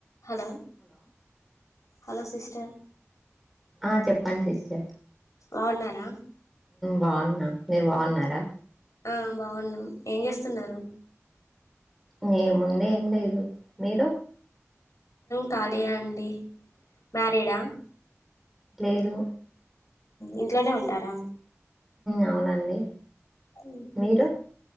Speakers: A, on the left (about 85°); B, in the centre.
A: Hello hello sister
B: ఆ చెప్ పనిచేస్తే
A: అవున్నారా
B: బాగున్నా మీరు బాగున్నారా
A: ఆ బాగున్నా ఏం చేస్తున్నారు
B: మే ముందే ఏం లేదు మీరు
A: కాాలియా అండి మ్యారిడా
B: లేదు
A: ఇంట్లోనే ఉంటారా
B: అవునండి
A: ఊ హు
B: మీరు